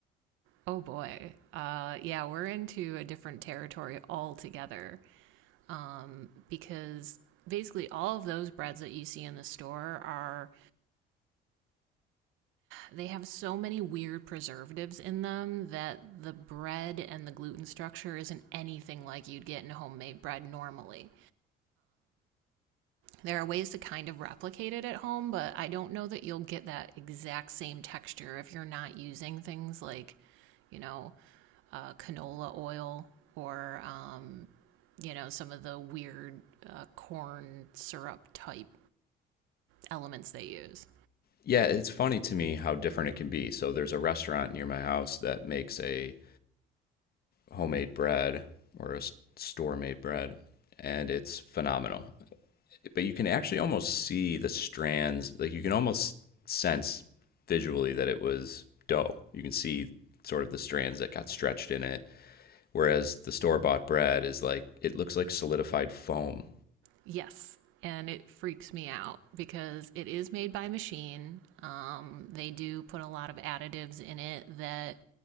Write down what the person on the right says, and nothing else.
Oh boy. Uh, yeah, we're into a different territory altogether um, because basically all of those breads that you see in the store are they have so many weird preservatives in them that the bread and the gluten structure isn't anything like you'd get in homemade bread normally. There are ways to kind of replicate it at home, but I don't know that you'll get that exact same texture if you're not using things like you know, uh, canola oil or um, you know some of the weird uh, corn syrup type elements they use.
Yes, and it freaks me out because it is made by machine. Um, they do put a lot of additives in it that